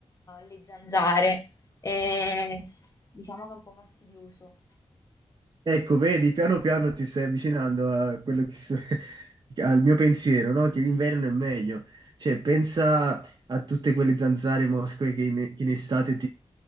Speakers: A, on the left; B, on the right.
A: le zanzare. E diciamo che è un po' fastidioso.
B: Ecco, vedi, piano piano ti stai avvicinando a quello che sto- <laughs> al mio pensiero, no? Che l'inverno è meglio. Cioè, pensa a tutte quelle zanzare e mosche che in, che in estate